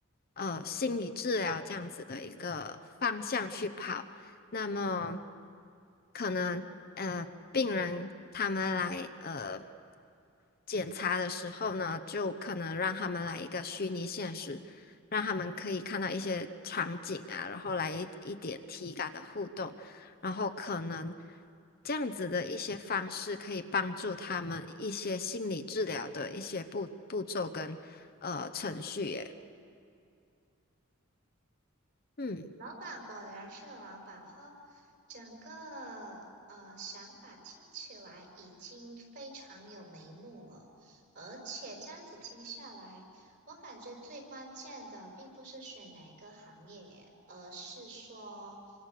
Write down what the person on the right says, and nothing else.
老板果然是老板哈，整个呃想法听起来已经非常有眉目了，而且这样子听下来，我感觉最关键的并不是选哪一个行业，而是说